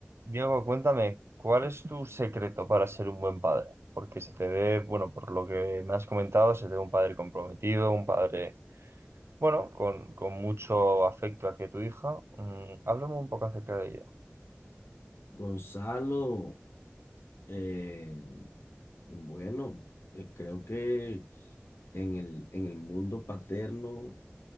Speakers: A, on the right (about 80°); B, on the left (about 75°).
A: Diego, cuéntame, ¿cuál es tu secreto para ser un buen padre? Porque se te ve, bueno, por lo que me has comentado, se te ve un padre comprometido, un padre, bueno, con, con mucho afecto hacia tu hija. Mm, háblame un poco acerca de ello.
B: Gonzalo, eh, bueno, eh, creo que en el, en el mundo paterno